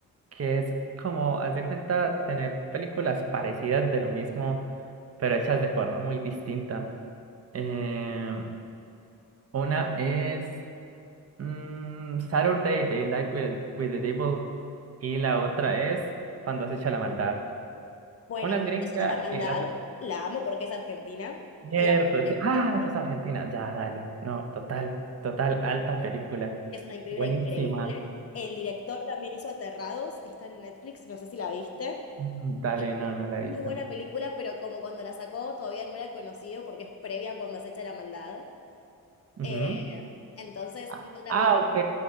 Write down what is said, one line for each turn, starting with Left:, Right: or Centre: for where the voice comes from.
Right: que es como, haz de cuenta, tener películas parecidas de lo mismo, pero hechas de forma muy distinta. Eh, una es mm, Saturday Daylight with, with the Devil y la otra es Cuando has hecho la maldad.
Left: bueno,
Right: Una es
Left: Princesa
Right: gringa
Left: de la Maldad,
Right: y la, otra.
Left: la amo porque es argentina
Right: Cierto.
Left: y amo al director.
Right: sí. Ah, eso es Argentina. Ya, dale. No, total, total, alta película.
Left: Es una película
Right: Buenísima.
Left: increíble. El director también hizo Aterrados, que está en Netflix, no sé si la viste.
Right: Mm, Dale,
Left: que
Right: no,
Left: es
Right: no la
Left: Muy
Right: he visto.
Left: buena película, pero como cuando la sacó todavía no era conocido porque es previa a cuando acecha la maldad.
Right: Ujú.
Left: Eh, entonces,
Right: Ah,
Left: no la
Right: ah,
Left: vi.
Right: ok.